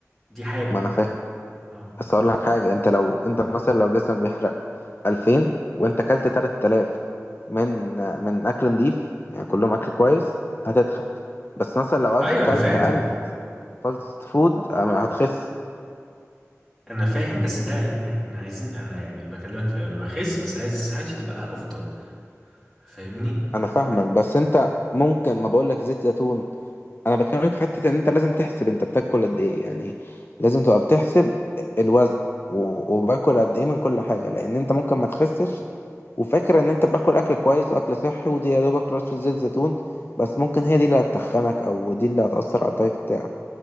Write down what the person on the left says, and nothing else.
ما انا فاهم
بس اقول لك حاجة انت لو انت مثلا لو جسمك بيحرق 2000 وانت اكلت 3000 من من اكل نضيف يعني كلهم اكل كويس هتتخن بس مثلا لو اكلت
1000 فاست فود أم- هتخس
انا فاهمك بس انت ممكن ما بقولك زيت زيتون انا بكلمك في حتة ان انت لازم تحسب انت بتاكل قد ايه يعني لازم تبقى بتحسب الوزن و- وباكل قد ايه من كل حاجة لان انت ممكن ما تخسش وفاكر ان انت باكل اكل كويس واكل صحي ودي يا دوبك رشة زيت زيتون بس ممكن هي دي اللي هتتخنك او دي اللي هتأثر على الدايت بتاعك